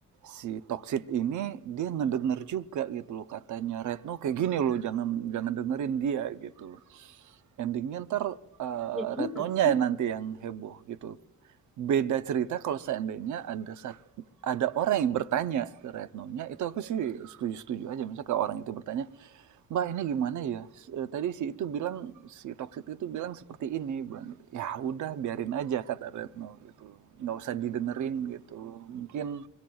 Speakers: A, on the right (about 70°); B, in the centre.
A: si toksik ini dia ngedenger juga gitu loh katanya Retno kayak gini loh jangan jangan dengerin dia gitu loh. Ending-nya entar,
B: Oh, ya juga
A: Retnonya
B: sih.
A: ya nanti yang heboh gitu. Beda cerita kalau seandainya ada ada orang yang bertanya ke Retnonya, itu aku sih setuju-setuju aja. misalnya kayak orang itu bertanya, Mbak, ini gimana ya? S e, tadi si itu bilang, si toksik itu bilang seperti ini, bilang gitu. Ya udah biarin aja kata Retno gitu, nggak usah didengerin gitu. Mungkin